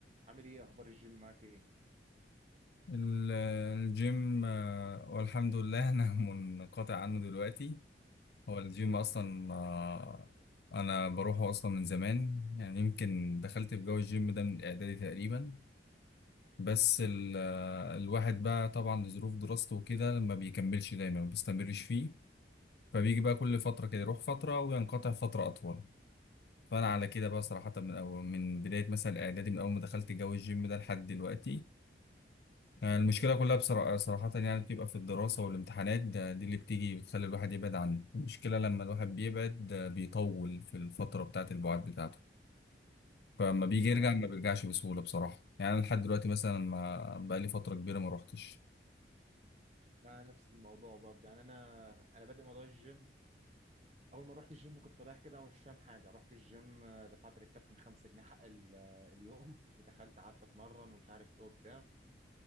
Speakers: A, on the right (about 35°); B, on the left (about 65°).
A: عامل ايه اخبار الجيم معاك ايه
B: ال- الجيم آه، والحمد لله أنا <laughs> منقطع عنه دلوقتي هو الجيم أصلا آه، أنا بروحه أصلا من زمان يعني يمكن دخلت في جو الجيم ده من إعدادي تقريبا بس ال- آه، الواحد بقى طبعا لظروف دراسته وكده ما بيكملش دايما ما بيستمرش فيه فبيجي بقى كل فترة كده يروح فترة وينقطع فترة أطول فأنا على كده بقى صراحة من أول من بداية مثلا إعدادي من أول ما دخلت جو الجيم ده لحد دلوقتي آه، المشكلة كلها بصرا- آه، صراحة يعني بتبقى في الدراسة والامتحانات ده دي اللي بتيجي بتخلي الواحد يبعد عنه المشكلة لما الواحد بيبعد ده بيطول في الفترة بتاعة البعد بتاعته فلما بيجي
A: بالظبط
B: يرجع
A: على
B: ما
A: فكرة
B: بيرجعش بسهولة
A: بالظبط.
B: بصراحة يعني أنا لحد دلوقتي مثلا ما بقالي فترة كبيرة ما روحتش
A: لا نفس الموضوع برضه يعني انا انا بادئ موضوع الجيم اول ما رحت الجيم كنت رايح كده ومش فاهم حاجه رحت الجيم آه، دفعت للكابتن 5 جنيه حق ال- آه، اليوم <laughs> ودخلت قعدت اتمرن ومش عارف ايه وبتاع